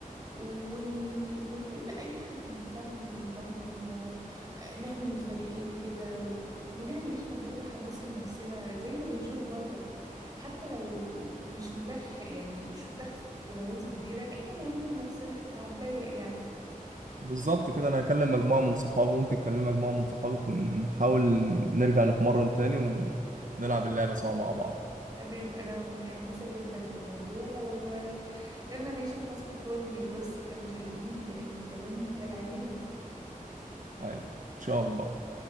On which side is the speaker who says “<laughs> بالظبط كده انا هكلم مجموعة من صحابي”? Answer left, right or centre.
Right